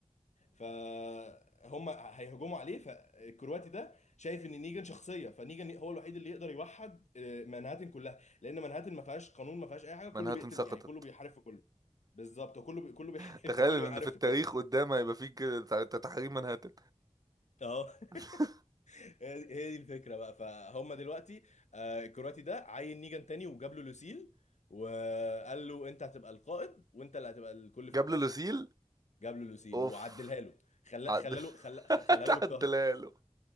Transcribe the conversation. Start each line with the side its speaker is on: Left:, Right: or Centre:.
Left: فهم هيهجموا عليه فالكرواتي ده شايف ان نيجان شخصيه فنيجان هو الوحيد اللي يقدر يوحد آه، منهاتن كلها لان منهاتن ما فيهاش قانون ما فيهاش اي حاجه كله
Right: منهاتن
Left: بيقتل
Right: سقطت
Left: يعني كله بيحارب في كله بالظبط كله بي... كله بيحارب
Right: <laughs> تخيل
Left: <laughs> كله
Right: ان
Left: بيحارب
Right: في التاريخ
Left: في كله
Right: قدام هيبقى في كده تع- تحريم منهاتن
Left: اه
Right: <laughs>
Left: <laughs> هي دي هي دي الفكره بقى فهم دلوقتي آه، الكرواتي ده عين نيجان تاني وجاب له لوسيل وقال له انت هتبقى القائد وانت اللي هتبقى الكل في
Right: جاب
Left: الكل
Right: له لوسيل
Left: جاب له لوسيل
Right: اوف
Left: وعدلها له خلا
Right: عدل
Left: خلا له خلا
Right: <laughs>
Left: خلا له بالكهرب
Right: عدلها له